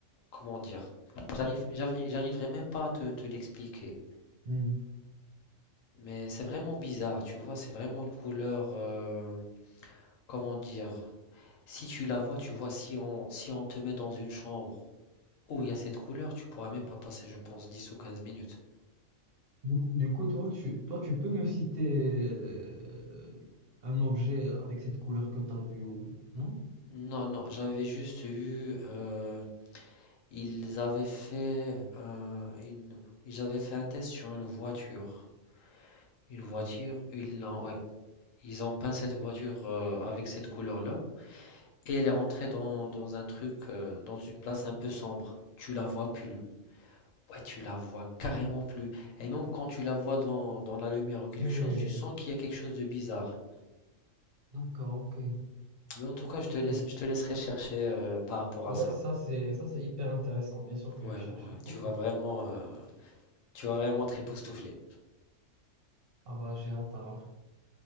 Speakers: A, on the left; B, on the right.
A: comment dire? J'arrive, j'arri- j'arriverai même pas à te te l'expliquer.
B: Ok.
A: Mais c'est vraiment bizarre, tu vois, c'est vraiment une couleur, euh, comment dire, si tu la vois, tu vois, si on, si on te met dans une chambre où il y a cette couleur, tu pourras même pas passer, je pense, dix ou quinze minutes.
B: Du coup, du coup, toi, tu, toi, tu peux me citer euh, un objet avec cette couleur que tu as vue ou non?
A: Non, non, j'avais juste eu, euh, ils avaient fait, un- une, ils avaient fait un test sur une voiture. Une voiture, ils l'ont, ouais, ils ont peint cette voiture euh, avec cette couleur-là, et elle est rentrée dans, dans un truc, euh, dans une place un peu sombre. Tu la vois plus, Ouais, tu la vois carrément plus. Et même quand tu la vois dans, dans la lumière ou quelque
B: Ok,
A: chose, tu sens qu'il y a quelque chose de bizarre.
B: D'accord, ok,
A: Mais en tout cas, je te
B: ok.
A: laisse, je te laisserai chercher euh, par rapport
B: Ouais,
A: à ça.
B: ça c'est ça c'est hyper intéressant. Bien sûr que
A: Ouais,
B: je vais chercher.
A: ouais,
B: Ok.
A: tu vas vraiment, euh, tu vas vraiment te époustoufler.
B: Ah bah j'ai hâte alors.